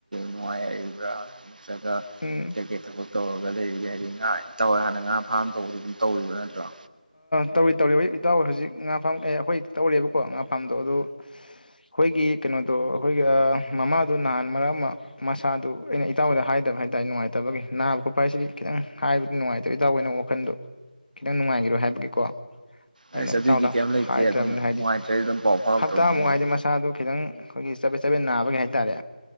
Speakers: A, on the right; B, on the left.
A: ꯅꯨꯡꯉꯥꯏꯔꯤꯕ꯭ꯔꯥ ꯍꯥꯏ ꯆꯠꯆ꯭ꯔꯒ
B: ꯎꯝ
A: ꯀꯩꯀꯩ ꯊꯕꯛ ꯇꯧꯔꯒ ꯂꯩꯔꯤꯒ ꯍꯥꯏꯗꯤ ꯏꯇꯥꯎꯍꯣꯏ ꯍꯥꯟꯅ ꯉꯥ ꯐꯥꯝ ꯇꯧꯕꯗꯨ ꯇꯧꯔꯤꯕ ꯅꯠꯇ꯭ꯔꯣ
B: ꯇꯧꯔꯤ ꯇꯧꯔꯤ ꯑꯩꯖꯤꯣꯏ ꯏꯇꯥꯎ ꯍꯧꯖꯤꯛ ꯉꯥ ꯐꯥꯝ ꯑꯦ ꯑꯩꯈꯣꯏ ꯇꯧꯔꯦꯕꯀꯣ ꯉꯥ ꯐꯥꯝꯗꯣ ꯑꯗꯨ ꯑꯩꯈꯣꯏꯒꯤ ꯀꯩꯅꯣꯗꯣ ꯑꯩꯈꯣꯏꯒꯤ ꯃꯃꯥꯗꯣ ꯅꯍꯥꯟ ꯃꯔꯛ ꯑꯃ ꯃꯁꯥꯗꯨ ꯑꯩꯅ ꯏꯇꯥꯎꯕꯗ ꯍꯥꯏꯗꯕ ꯍꯥꯏ ꯇꯔꯦ ꯉꯥꯏꯇꯕꯒꯤ ꯅꯥꯕ ꯈꯣꯠꯄ ꯍꯥꯏꯁꯤꯗꯤ ꯈꯤꯇꯪ ꯍꯥꯏꯕꯗꯤ ꯅꯨꯡꯉꯥꯏꯇꯕ ꯏꯇꯥꯎꯕ ꯑꯣꯏꯅ ꯋꯥꯈꯜꯗꯣ ꯈꯤꯇꯪ ꯅꯨꯡꯉꯥꯏꯈꯤꯕ ꯍꯥꯏꯕꯒꯤꯀꯣ ꯑꯩꯅ
A: ꯑꯁ
B: ꯏꯇꯥꯎꯗ
A: ꯑꯗꯨꯏꯗꯤ ꯀꯩꯝ ꯂꯩꯇꯦ
B: ꯍꯥꯏꯗ꯭ꯔꯕꯅꯤ
A: ꯑꯗꯨꯝ
B: ꯍꯥꯏꯗꯤ
A: ꯅꯨꯡꯉꯥꯏꯇ꯭ꯔꯗꯤ ꯑꯗꯨꯝ ꯄꯥꯎ ꯐꯥꯎꯔꯛꯇꯧꯅꯤ
B: ꯍꯞꯇꯥꯃꯨꯛ
A: ꯀꯩꯅꯣ
B: ꯍꯥꯏꯗꯤ ꯃꯁꯥꯗꯨ ꯈꯤꯇꯪ ꯑꯩꯈꯣꯏꯒꯤ ꯆꯠꯄꯦꯠ ꯆꯠꯄꯦꯠ ꯅꯥꯕꯒꯤ ꯍꯥꯏꯇꯥꯔꯦ